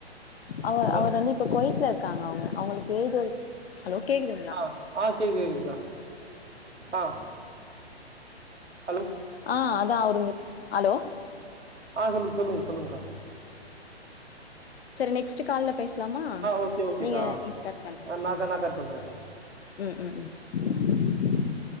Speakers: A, on the left (about 60°); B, on the right (about 90°).
A: அவ
B: ஹலோ
A: அவர் வந்து இப்ப குவைத்துல இரு க்காங்க அவங்க அவங்களுக்கு ஏஜ் ஒரு ஹலோ கேக்குதுங்களா
B: ஆ ஆ கேக்குது கேக்குதுக்கா ஆ ஹலோ
A: ஆ அதா அவருங்க ஹலோ
B: ஆ சொல்லுங் சொல்லுங்க சொல்லுங்க்கா
A: சேரி நெக்ஸ்ட் கால்ல பேசலாமா
B: ஓகே ஓகேக்கா
A: நீங்க கட் பண்ணு
B: நாக்கா
A: ம்
B: நான் கட் பண்றேங்க்கா
A: ம், ம், ம்